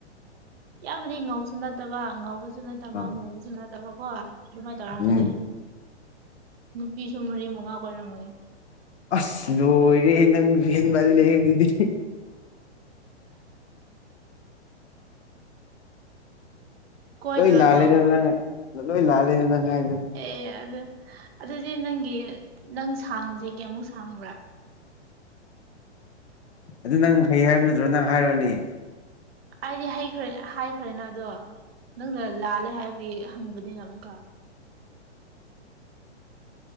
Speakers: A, on the right (about 60°); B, on the left (about 70°).
A: ꯌꯥꯝꯅꯗꯤ ꯉꯧꯁꯨ ꯅꯠꯇꯕ ꯉꯧꯕꯁꯨ ꯅꯠꯇꯕ
B: ꯑꯥ
A: ꯃꯨꯕꯁꯨ ꯅꯠꯇꯕ ꯀꯣ ꯑꯗꯨꯃꯥꯏꯅ ꯇꯧꯔꯝꯒꯅꯤ
B: ꯎꯝ
A: ꯅꯨꯄꯤꯁꯨ ꯃꯔꯤ ꯃꯉꯥ ꯀꯣꯏꯔꯝꯒꯅꯤ
B: ꯑꯁ ꯂꯣꯏꯔꯦꯍꯦ ꯅꯪꯁꯨ ꯍꯦꯟꯃꯜꯂꯦ ꯑꯗꯨꯗꯤ
A: ꯀꯣꯏꯗ꯭ꯔꯣꯗꯣ
B: ꯂꯣꯏ ꯂꯥꯜꯂꯦꯗ ꯅꯪ ꯍꯥꯢꯗꯣ ꯂꯣꯏ ꯂꯥꯜꯂꯦꯗ ꯅꯪ ꯍꯥꯏꯗꯨ
A: ꯑꯦ ꯑꯗꯨ ꯑꯗꯨꯗꯤ ꯅꯪꯒꯤ ꯅꯪ ꯁꯥꯡꯕꯁꯦ ꯀꯌꯥꯃꯨꯛ ꯁꯥꯡꯕ꯭ꯔꯥ
B: ꯑꯗꯨ ꯅꯪ ꯍꯩ ꯍꯥꯏꯕ ꯅꯠꯇ꯭ꯔꯣ ꯅꯪ ꯍꯥꯏꯔꯣꯅꯦ
A: ꯑꯩꯗꯤ ꯍꯩꯈ꯭ꯔꯦ ꯍꯥꯏꯈ꯭ꯔꯦꯅ ꯑꯗꯣ ꯅꯪꯅ ꯂꯥꯜꯂꯦ ꯍꯥꯏꯕꯒꯤ ꯍꯪꯕꯅꯤꯅ ꯑꯃꯨꯛꯀ